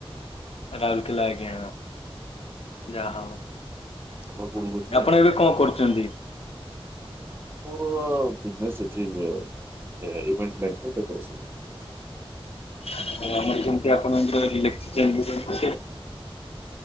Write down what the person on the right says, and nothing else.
ଆପଣ କୋଉଠୁ କହୁଥିଲେ?
ମୋର ବିଜିନେସ୍ ଅଛି, ଅଇଭଣ୍ଟମେଣ୍ଟ ରେ ଡେକୋରେସନ।